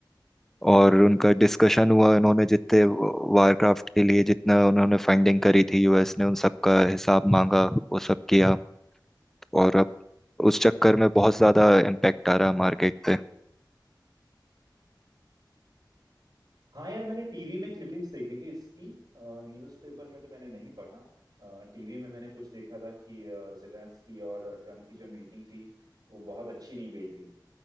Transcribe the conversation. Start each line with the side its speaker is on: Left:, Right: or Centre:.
Centre: और उनका डिस्कशन हुआ उन्होंने जितने
Right: हम्म
Centre: वारक्राफ्ट के लिए जितना उन्होंने फंडिंग करी थी यूएस ने उन सब का हिसाब मांगा वो सब किया और अब उस चक्कर में बहुत ज़्यादा इम्पेक्ट आ रहा मार्केट पे
Right: हाँ यार मैंने टीवी में क्लिपिंग्स देखी थी इसकी न्यूज़पेपर में तो मैंने नहीं पढ़ा टीवी में मैंने कुछ देखा था कि अ, जेलेंस्की और ट्रम्प की जो मीटिंग थी वो बहुत अच्छी नहीं गई थी